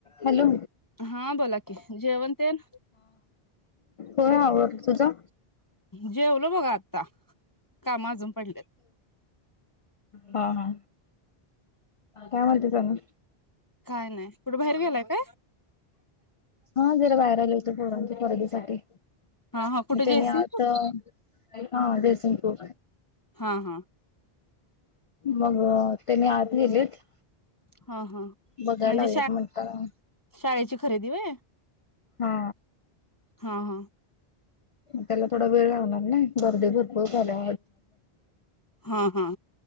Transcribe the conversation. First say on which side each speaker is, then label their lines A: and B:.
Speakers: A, on the left; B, on the left.
A: Hello
B: हा बोला की, जेवणं तेन?
A: हो आवरलं तुझ?
B: जेवलो बघा आता काम अजून पडल्यात
A: हा हा. काय म्हणतेस आणि?
B: काय नाही कुठे बाहेर गेलाय काय
A: हा जरा वायरल घरांच्या परडीसाठी
B: हा हा कुठे
A: त्यानी
B: जयसिंगपूर
A: आता हा ड्रेसिंग प्रूप
B: हा हा
A: मग त्यांनी आत गेलेत.
B: हा हा
A: बघायला
B: म्हणजे
A: लागलेत म्हणताना
B: शाळेची खरेदी होय.
A: हा.
B: हा हा
A: त्याला थोडा वेळ लावणार नाही गर्दी भरपूर झाल्या
B: हा हा